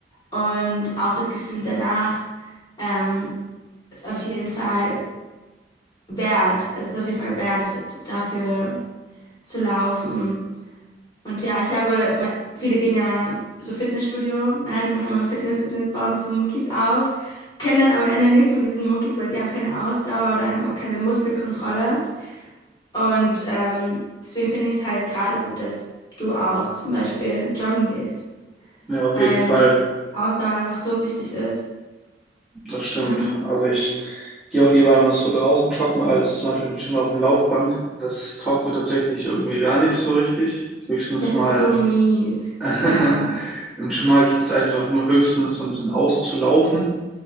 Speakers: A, on the left; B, in the centre.
A: und auch das Gefühl danach ähm, ist auf jeden Fall wert. Es ist auf jeden Fall wert, dafür zu laufen. Und ja, ich glaube, ma- viele gehen ja so Fitnessstudio, ne? Die machen immer Fitness, Fitness, bauen sich so Muckis auf, können dann am Ende nichts mit diesen Muckis, weil sie haben keine Ausdauer oder haben auch keine Muskelkontrolle. Und ähm, deswegen finde ich es halt gerade gut, dass du auch zum Beispiel joggen gehst,
B: Ja, auf
A: weil
B: jeden Fall.
A: Ausdauer einfach so wichtig ist.
B: Das stimmt.
A: Ja,
B: Also ich gehe auch lieber einfach so draußen joggen, als zum Beispiel im Gym auf dem Laufband. Das taugt mir tatsächlich irgendwie gar nicht so richtig. Höchstens
A: das
B: mal
A: ist so mies.
B: <laughs>
A: Ja.
B: Im Gym mag ich das einfach nur höchstens so ein bisschen auszulaufen,